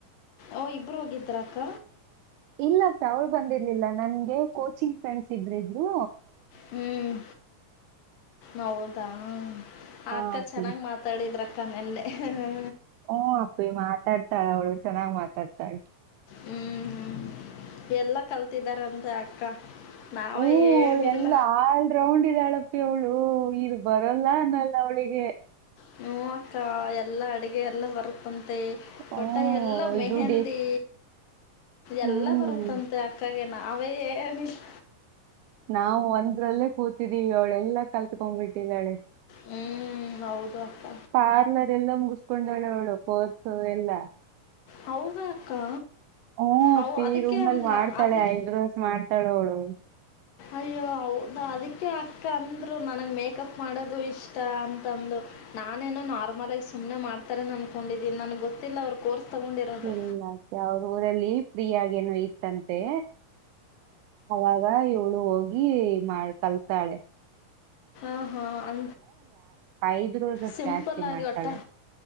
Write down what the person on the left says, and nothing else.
ಓ ಇಬ್ಬರು ಹೋಗಿದ್ದ್ರ ಅಕ್ಕ
ಹ್ಮ್ ಹೌದಾ
ಆ ಅಕ್ಕ
ಚೆನ್ನಾಗ್ ಮಾತಾಡಿದ್ರಕ್ಕಾ ನಿನ್ನೆ ಏಹಹಾ
ಹ್ಮ್ ಹ್ಮ್ ಎಲ್ಲ ಕಲ್ತಿದ್ದಾರೆ ಅಂತ ಆ ಅಕ್ಕ ನಾವೇ
ಏನಿಲ್ಲ
ಹೂ ಅಕ್ಕ ಎಲ್ಲಾ ಅಡುಗೆ ಎಲ್ಲಾ ಬರುತ್ತಂತೆ ಮತ್ತೆ
ಒಟ್ಟ ಎಲ್ಲ ಮೆಹೆಂದಿ
ಎಲ್ಲಾ ಬರುತ್ತಂತೆ ಅಕ್ಕಗೆ ನಾವೇ ಏನಿಲ್ಲಾ
ಹ್ಞೂ ಹೌದು ಅಕ್ಕ
ಹೌದಾ ಅಕ್ಕ
ಅವು ಅದಕ್ಕೆ
ಅಂದ್ರ
ಅದಕ್ಕೆ
ಅಯ್ಯೋ, ಹೌದಾ ಅದಿಕ್ಕೆ ಅಕ್ಕ ಅಂದ್ರು ನನಗೆ ಮೇಕಪ್ ಮಾಡೋದು ಇಷ್ಟ ಅಂತಂದು ನಾನೇನು ನಾರ್ಮಲ್ ಆಗಿ ಸುಮ್ನೆ ಮಾಡ್ತಾರೆ ಏನು ಅನ್ಕೊಂಡಿದ್ದೆ ನನಗೆ ಗೊತ್ತಿಲ್ಲ ಅವರು ಕೋರ್ಸ್ ತೊಗೊಂಡಿರೋದು
ಆಹಾ ಅ
ಸಿಂಪಲ್ಲಾಗಿ
ಒಟ್ಟ